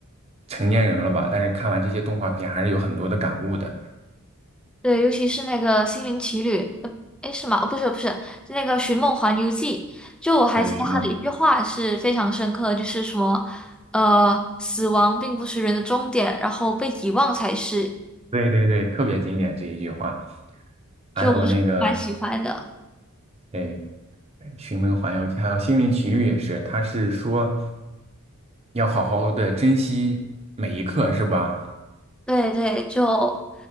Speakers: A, on the right; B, in the centre.
A: 成年人了吧，但是看完这些动画片，还是有很多的感悟的。
B: 对，尤其是那个《心灵奇旅》，呃，哎，是吗？哦，不是，不是，是那个《寻梦环游记》。就我还记得他的一句话是非常深刻的，
A: 对，徐梦。
B: 就是什么，呃，死亡并不是人的终点，然后被遗忘才是。
A: 对对对，特别经典这一句话。
B: 就我是蛮喜欢的。
A: 还有那个，哎，《寻梦环游记》，还有《心灵奇旅》也是，他是说要好好的珍惜每一刻，是吧？
B: 对对，就